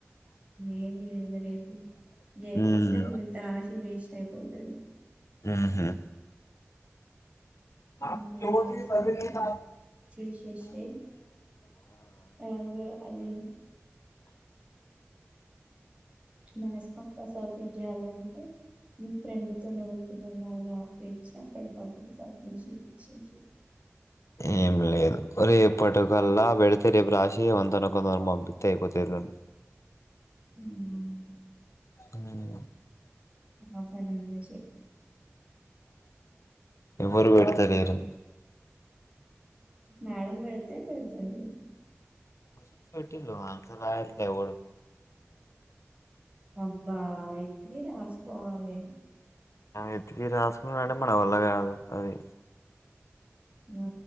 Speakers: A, on the right; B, on the left.
A: ఏమి లేదుగా రేపు లేకపోతే
B: ఉమ్
A: నువ్వు ఇంత రాసి వేసి అయిపోతాది
B: ఆహా ప్ర
A: ఉమ్, రాసి
B: ప్ర
A: అది చేసేసేయ్ అదే అది మస్ పక్క సౌప చేయాలంటే మీ ఫ్రెండ్తోనే ఎవ తినన్న అలా ఆపచి అక్కడ పక్కకి సౌపి చేపించేసి
B: ఏం లేదు రేపటికల్లా పెడితే రేపు రాసి కొంతన కొందరు పపితే అయిపోతడి
A: ఉమ్
B: అంగనే
A: ఆబ్స్ంట్ అని వేసి
B: ఎవ్వరు పెడుతలేరు
A: మ్యాడమ్ పెడతే పెడతాది
B: కొషన్స్ పెట్టిండ్రు ఆన్సర్ రాయట్లే ఎవరు
A: అబ్బా ఎత్తికి రాసుకోవాలి
B: ఎతికి రాసుకున్నాంటే మన వల్ల కాదు అది
A: ఆ